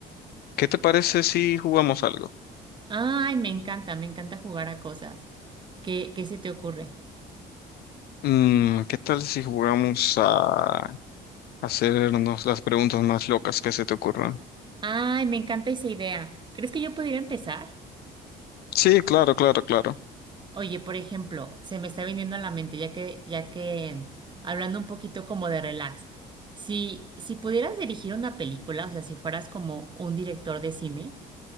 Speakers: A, on the left (about 70°); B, on the right (about 25°).
A: ¿Qué te parece si jugamos algo?
B: Ay, me encanta, me encanta jugar a cosas. ¿Qué, qué se te ocurre?
A: Mm, ¿qué tal si jugamos a hacernos las preguntas más locas que se te ocurran?
B: Ay, me encanta esa idea. ¿Crees que yo pudiera empezar?
A: Sí, claro, claro, claro.
B: Oye, por ejemplo, se me está viniendo a la mente, ya que, ya que, hablando un poquito como de relax, si, si pudieras dirigir una película, o sea, si fueras como un director de cine,